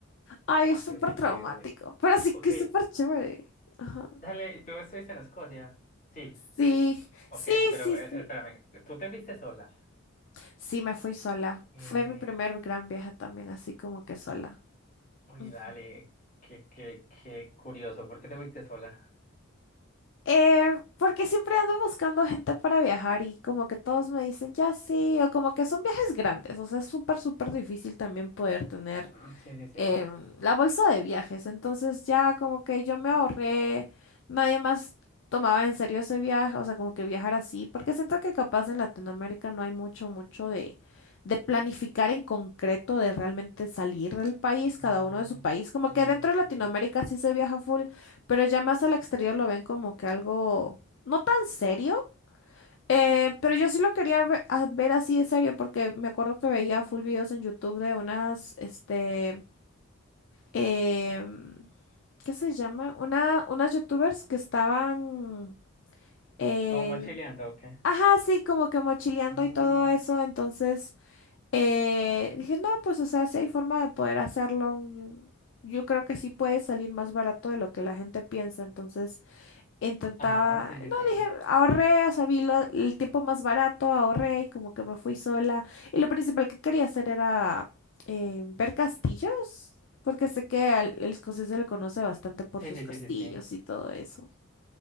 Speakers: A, on the left; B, on the left.
A: Ay,
B: Ah,
A: es súper
B: pero qué
A: traumático,
B: chévere.
A: pero
B: O-
A: sí
B: ok,
A: que es súper chévere. Ajá.
B: dale, ¿y ¿tú estuviste en Escocia? Sí,
A: Sí,
B: ok,
A: sí,
B: pero
A: sí,
B: eh,
A: sí.
B: espérame, ¿tú te fuiste sola?
A: Sí, me fui sola.
B: Eh,
A: Fue mi primer gran viaje también, así como que sola.
B: oye,
A: Mm.
B: dale, qué, qué, qué curioso, ¿por qué te fuiste sola?
A: Eh, porque siempre ando buscando gente para viajar y como que todos me dicen, ya sí, o como que son viajes grandes, o sea, es súper, súper difícil también poder tener
B: Ah, sí, sí, sí.
A: em, la bolsa de viajes. Entonces ya como que yo me ahorré, nadie más tomaba en serio ese viaje, o sea, como que viajar así, porque siento que capaz en Latinoamérica no hay mucho, mucho de, de planificar en concreto, de realmente salir del país, cada
B: Mm,
A: uno de su país. Como
B: sí,
A: que dentro de
B: sí.
A: Latinoamérica sí se viaja full, pero ya más al exterior lo ven como que algo no tan serio. Eh, pero yo sí lo quería ve- a- ver, así de serio porque me acuerdo que veía full videos en YouTube de unas, este, eh, ¿qué se llama? Una, unas youtubers que estaban, eh,
B: ¿Como mochileando o qué?
A: ajá, sí, como que mochileando
B: Mm,
A: y todo eso, entonces eh, dije, no, pues o sea, si hay forma de poder hacerlo, yo creo que sí puede salir más barato de lo que la gente piensa, entonces intentaba,
B: Ah, sí, sí,
A: no
B: sí.
A: dije, ahorré, o sea, vi lo- el tiempo más barato, ahorré y como que me fui sola. Y lo principal que quería hacer era eh, ver castillos, porque sé que al, el escocés se le conoce bastante por
B: Sí,
A: sus
B: sí,
A: castillos
B: sí, sí, sí.
A: y todo eso.